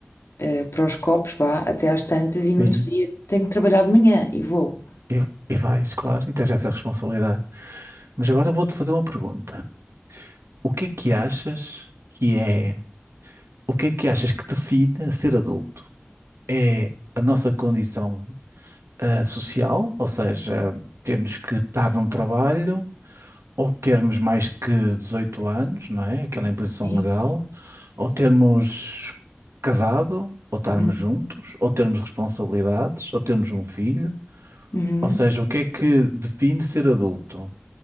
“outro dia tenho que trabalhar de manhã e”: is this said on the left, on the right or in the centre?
Left